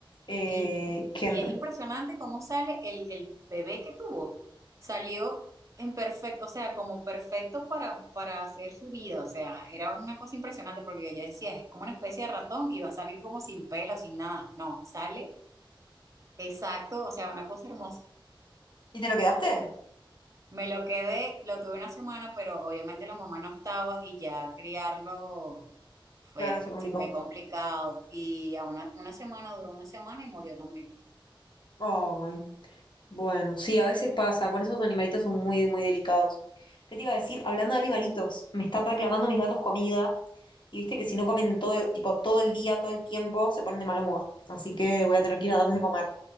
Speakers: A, on the left; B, on the right.
A: Eh,
B: Y,
A: que
B: y
A: en-
B: es impresionante cómo sale el, el bebé que tuvo. Salió en perfecto, o sea, como perfecto para, para hacer su vida. O sea, era una cosa impresionante porque ella decía, es como una especie de ratón y va a salir como sin pelo, sin nada. No, sale exacto, o sea, una cosa hermosa.
A: ¿Y te lo quedaste?
B: Me lo quedé, lo tuve una semana, pero obviamente la mamá no estaba y ya criarlo fue,
A: Claro, se complicó.
B: fue complicado. Y a una, una semana, duró una semana y murió también.
A: Ay. Bueno, sí, a veces pasa, con esos animalitos son muy, muy delicados. ¿Qué te iba a decir? Hablando de animalitos, me están reclamando mis gatos comida y viste que si no comen todo, tipo, todo el día, todo el tiempo, se ponen de mal humor. Así que voy a tener que ir a darles de comer.